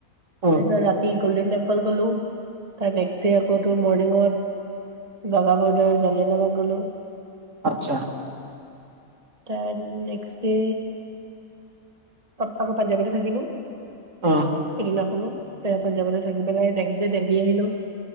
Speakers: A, on the right (about 55°); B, on the right (about 25°).
A: অ
B: তাৰপিছত ৰাতি গ'ল্ডেন টেম্পল গ'লোঁ, তাৰ নেক্স ডে আকৌ তোৰ মৰ্ণিঙত দাদা-বৌ দৰে জলিয়ানাবাঘ গ'লোঁ।
A: আচ্ছা।
B: দেন নেক্স ডে আকৌ পাঞ্জাৱতে থাকিলোঁ।
A: উম।
B: সেইদিনা শুলোঁ, <unintelligible> পাঞ্জাবতেই থাকি পেলাই নেক্স দিল্লী আহিলোঁ।